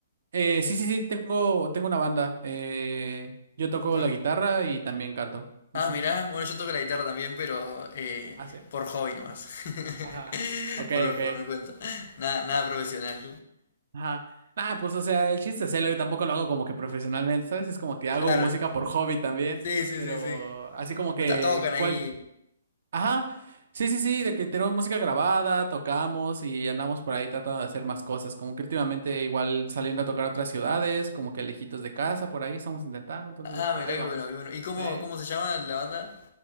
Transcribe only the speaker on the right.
Eh, sí, sí, sí, tengo, tengo una banda. Eh, yo toco
la guitarra y también canto. Ujú.
Ah, sí.
Ajá.
Ok,
ok.
Ajá. Ah, pues o sea, el chiste es hacerlo. Yo tampoco lo hago como que profesionalmente, ¿sabes? Es como que hago
música por hobby también.
Pero
así como que,
¿cuál?
Ajá. Sí, sí, sí, de que tenemos música grabada, tocamos y andamos por ahí tratando de hacer más cosas. Como que últimamente igual saliendo a tocar a otras ciudades, como que lejitos de casa, por ahí estamos intentando, entonces
ahí
vamos.
Sí.